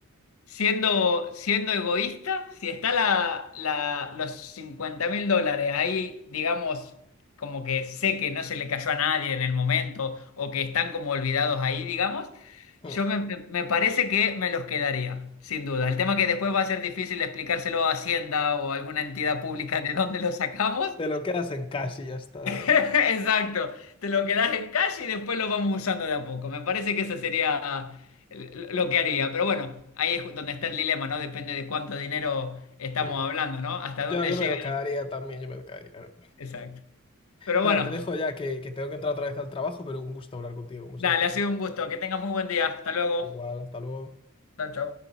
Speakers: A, on the left; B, on the left.
A: Siendo, siendo egoísta, si está la, la- los cincuenta mil dólares ahí, digamos, como que sé que no se le cayó a nadie en el momento o que están como olvidados ahí, digamos,
B: Hmm.
A: yo me, me- me parece que me los quedaría, sin duda. El tema que después va a ser difícil explicárselo a Hacienda o a alguna entidad pública de dónde los sacamos,
B: Te lo quedas en casa y ya está, ¿no?
A: <laughs> Exacto, te lo quedas en calle y después lo vamos usando de a poco. Me parece que eso sería l- lo que haría. Pero bueno, ahí es ju- donde está el dilema, ¿no? Depende de cuánto dinero estamos
B: Sí.
A: hablando, ¿no? Hasta
B: Yo,
A: dónde
B: yo
A: llega.
B: me lo quedaría también, yo me lo quedaría.
A: Exacto. Pero
B: Nada,
A: bueno,
B: te dejo ya que, que tengo que entrar otra vez al trabajo, pero un gusto hablar contigo, como
A: dale,
B: siempre, Esteban.
A: ha sido un gusto. Que tengas muy buen día. Hasta luego.
B: Igual, hasta luego.
A: Chao, chao.